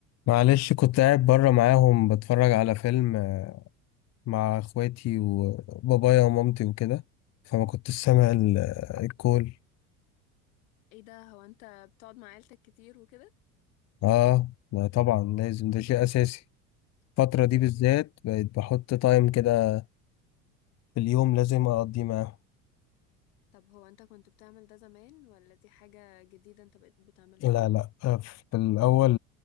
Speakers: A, on the left; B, on the left.
A: معلش كنت قاعد بره معاهم بتفرج على فيلم آه، مع اخواتي وبابايا ومامتي وكده فما كنتش سامع ال- آه، الكول
B: ايه ده هو انت بتقعد مع عيلتك كتير وكده
A: اه لا طبعا لازم ده شيء اساسي الفترة دي
B: دي
A: بالذات
B: حاجة
A: بقيت بحط تايم كده في اليوم لازم اقضيه معاهم
B: طب هو انت كنت بتعمل ده زمان ولا دي حاجة جديدة انت بقيت بتعملها
A: لا لا آه، في الاول